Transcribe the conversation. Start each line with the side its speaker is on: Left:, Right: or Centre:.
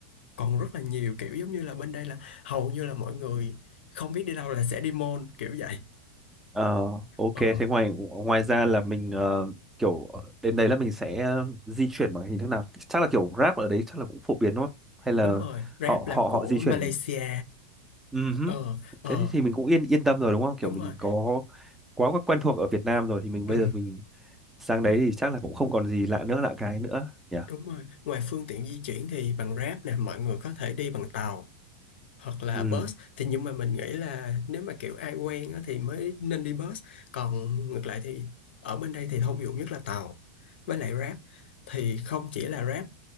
Left: còn rất là nhiều kiểu giống như là bên đây là hầu như là mọi người không biết đi đâu là sẽ đi mall kiểu vậy
Centre: Ờ, ok
Left: ờ
Centre: thế ngoài ngoài ra là mình ờ, kiểu ờ, đến đấy là mình sẽ ờ, di chuyển bằng hình thức nào chắc là kiểu Grab ở đấy chắc là cũng phổ biến đúng không hay là
Left: đúng rồi Grab
Centre: họ
Left: là
Centre: họ
Left: của
Centre: họ di chuyển
Left: Malaysia
Centre: ừ hứ.
Left: ờ ờ
Centre: thế thì thì mình cũng yên yên tâm rồi đúng không kiểu
Left: đúng
Centre: mình
Left: rồi
Centre: có quá quá quen thuộc ở Việt Nam rồi thì mình
Left: ừ
Centre: bây giờ mình sang đấy thì chắc là cũng không còn gì lạ nữa lạ cái nữa nhỉ
Left: đúng rồi ngoài phương tiện di chuyển thì bằng Grab nè mọi người có thể đi bằng tàu hoặc là
Centre: ừ
Left: bus thì nhưng mà mình nghĩ là nếu mà kiểu ai quen á, thì mới nên đi bus còn ngược lại thì ở bên đây thì thông dụng nhất là tàu với lại Grab thì không chỉ là Grab